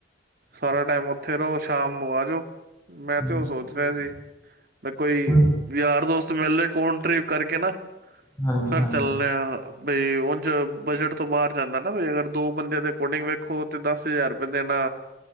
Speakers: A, on the right; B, on the left.
A: ਸਾਰਾ ਟਾਈਮ ਉੱਥ ਸ਼ਾਮ ਨੂੰ ਆਜਓ
B: ਹਾਂਜੀ
A: ਮੈਂ ਤੇ ਉਹ ਸੋਚ ਰਿਹਾ ਸੀ ਮੈਂ ਕੋਈ
B: ਹਾਂਜੀ
A: ਯਾਰ ਦੋਸਤ ਮੇਲੇ ਕੌਣ ਟ੍ਰਿਪ ਕਰਕੇ ਨਾ
B: ਹਾਂ
A: ਫੇਰ ਚੱਲਣੇ ਆ ਬਈ ਉਹ ਚ ਬਜਟ ਤੋਂ ਬਾਹਰ ਜਾਂਦਾ ਨਾ ਅਗਰ ਦੋ ਬੰਦਿਆਂ ਦੇ ਅਕੋਡਿੰਗ ਵੇਖੋ ਤੇ ਦਸ ਹਜ਼ਾਰ ਰੁਪਏ ਦੇਣਾ